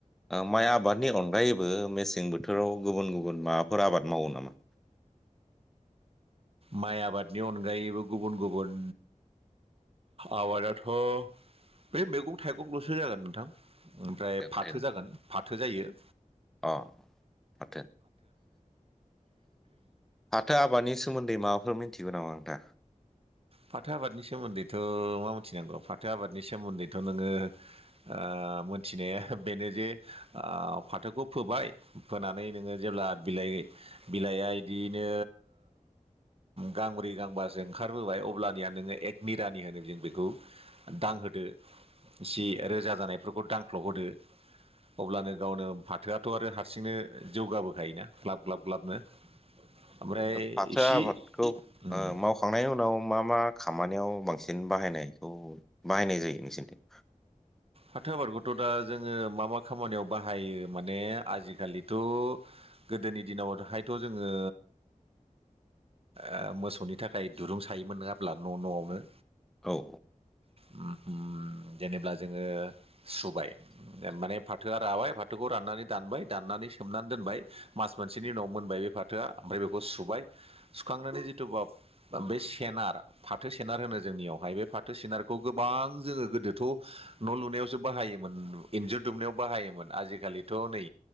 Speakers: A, in the centre; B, on the right.
A: माइ आबादनि अनगायै बो मेसें बोथोराव गुबुन गुबुन माबाफोर आबाद मावो नामा?
B: माइ आबादनि अनगायैबो गुबुन गुबुन आबादाथ' बे मैगं-थाइगंल'सो जागोन नोंथां ओमफ्राय
A: मैगं
B: फाथो
A: थाइगं
B: जागोन फाथो जायो।
A: अ फाथो फाथो आबादनि सोमोन्दै माबाफोर मिथिगौ नामा नोंथाङा
B: फाथो आबादनि सोमोन्दैथ' मा मिथिनांगौ फाथो आबादनि सोमोन्दैथ' नोङो ओ ओ मिथिनाया बेनो जे ओ फाथोखौ फोबाय फोनानै नोङो जेब्ला बिलाइ ओय बिलाइआ इदिनो गांब्रै गांबासो ओंखारबोबाय अ ब्लानिया नोङो एक मिरानि होनो जों बेखौ दांहोदो सि रोजा जानायफोरखौ दांख्ल' होदो अब्लानो गावनो फाथोआथ' आरो हारसिंनो जौगाबोखायोना ग्लाब ग्लाब ग्लाबनो ओमफ्राय
A: फाथो
B: इसे
A: आबादखौ
B: उम
A: ओ मावखांनायनि उनाव मा मा खामानियाव बांसिन बाहायनायखौ बाहायनाय जायो नोंसोरनिथिं
B: फाथो आबादखौथ' दा जोङो मा मा खामानियाव बाहायो माने आजिखालिथ' गोदो गोदोनि दिनावहायथ' जोङो
A: <inaudible>
B: ओ मोसौनि थाखाय दुरुं सायोमोन नङाब्ला न' न'आवनो
A: औ
B: उम उम जेनेबब्ला जों जोङो सुबाय माने फाथोआ राबाय फाथोखौ राननानै दानबाय दाननानै सोमनानै दोन बाय मास मोनसेनि उनाव मोनबाय बे फाथोआ ओमफ्राय बेखौ सुबाय सुखांनानै जिथु बा बै सेनार फाथो सेनार होनो जोंनियावहाय बे फाथो सेनारखौ गोबां जोङो गोदोथ' न' लुनायावसो बाहायोमोन इन्जुर दुमनायाव बाहायोमोन आजिखालिथ' नै